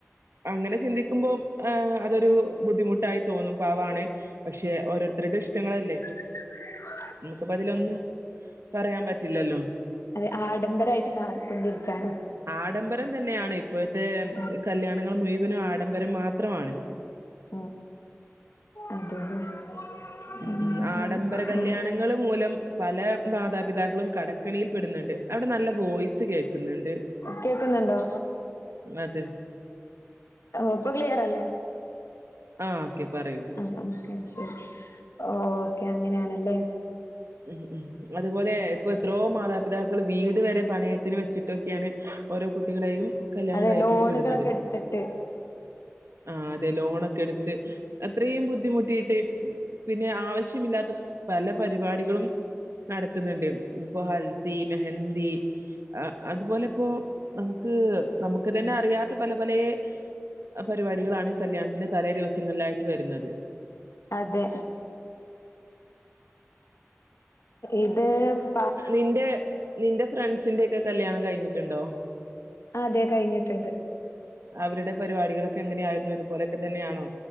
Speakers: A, on the right (about 70°); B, on the left (about 75°).
A: അങ്ങനെ ചിന്തിക്ക്മ്പോ അതൊരു ബുദ്ധിമുട്ടായി തോന്നും പാവാണ് പക്ഷെ ഓരോര്ത്തര്ടെ ഇഷ്ട്ടങ്ങളല്ലേ
B: <inaudible>
A: നമ്മക്ക്പ്പതിലൊന്ന് പറയാൻ പറ്റില്ലല്ലോ
B: അതെ ആഡംബരായിട്ട് മാറിക്കൊണ്ടിരിക്കാണ്
A: ആഡംബരം തന്നെയാണ് ഇപ്പൊഴ്ത്തെ
B: ഉം
A: കല്യാണങ്ങള് മുഴുവനും ആഡംബരം മാത്രമാണ്
B: ആ അതെല്ലോ
A: ഉം
B: ഉം
A: ആഡംബര കല്യാണങ്ങൾ മൂലം പല മാതാപിതാക്കളും കടക്കളീൽ പെട്ന്ന്ണ്ട് അവടെ നല്ല വോയിസ് കേക്ക്ന്ന്ണ്ട്
B: കേക്ക്ന്ന്ണ്ടോ?
A: അതെ
B: ഇപ്പോ ക്ലിയറല്ലേ?
A: ആ ഓക്കെ പറയൂ.
B: ആ ഓക്കെ ശരി. ഓക്കെ അങ്ങനാണല്ലേ.
A: ഉം ഉം അത്പോലെ ഇപ്പൊ എത്രയോ മാതാപിതാക്കള് വീട് വരെ പണയത്തിന് വെച്ചിട്ടൊക്കെണ്, ഓരോ കുട്ടികളെയും കല്യാണം
B: അതെ
A: കഴ്പ്പിച്ച്
B: ലോണുകളൊക്കെ
A: വിട്ന്നത്.
B: എടുത്തിട്ട്
A: ആഹ് അതെ ലോണൊക്കെ എട്ത്ത്. അത്രേം ബുദ്ധിമുട്ടീട്ട് പിന്നെ ആവശ്യമില്ലാത്ത പല പരിപാടികളും നടത്ത്ന്ന്ണ്ട്, ഇപ്പൊ ഹൽദി മെഹന്തി അത്പോലെ ഇപ്പൊ നമുക്ക് നമുക്ക് തന്നെ അറിയാത്ത പല പലേ പരിപാടികളാണ് കല്യാണത്തിന്റെ തലേ ദിവസ സങ്ങളിലായിട്ട് വര്ന്നത്.
B: അതെ. ഇത് പാ
A: ന്റെ നിന്റെ ഫ്രണ്ട്സിന്റെക്കെ കല്യാണം കഴിഞ്ഞ്ട്ട്ണ്ടോ?
B: അതെ കയ്ഞ്ഞട്ട്ണ്ട്.
A: അവര്ടെ പരിപാടികളൊക്കെ എങ്ങനെ ആയിരുന്നു. ഇത് പോലെക്കെ തന്നെയാണോ,